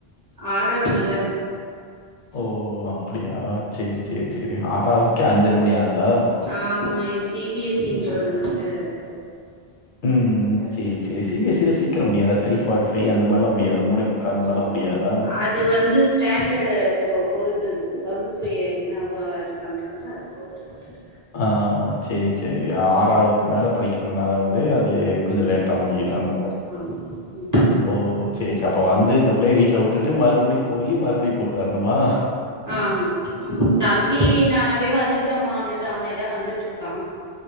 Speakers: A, on the right; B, on the left.
A: ஆறாவதுல்லா
B: ஓ அப்டியா சேர் சேரி
A: ம்
B: சேரி ஆறாவதுக்கே அஞ்சரை மணி ஆகுதா
A: ஆமா இது சி பி எஸ் இ இன்றாதுனால அது
B: ம்
A: அது
B: சேர் சேரி சி பி எஸ் இல சீக்கிரமா முடியாதா த்ரீ ஃபோர்டி பைவ் அந்த மாரிலாம் முடியாத மூனே முக்க அந்த மாரிலாம் முடியாதா
A: அது வந்து ஸ்டாண்டர்டை பொ பொருத்து இருக்கு வகுப்பு என்னவோ இது பண்றங்களோ அது போ ரகுதர்
B: ஆ செரி செரி ஆறாவதுக்கு மேல படிக்கிறனால வந்து அது கொஞ்ச லேட் ட்ட முடியுது அந்த மாரி
A: உம்
B: ஓ இரி சரி அப்ப வந்து இந்த பிள்ளையை வீட்ல விட்டுட்டு மறுபடியும் போய் மறுபடியும் கூட்டு வரணுமா
A: ஆமா தம்பி நானவே வந்துக்கறேமனுட்டு அவனேதா வந்துட்டு இருக்கா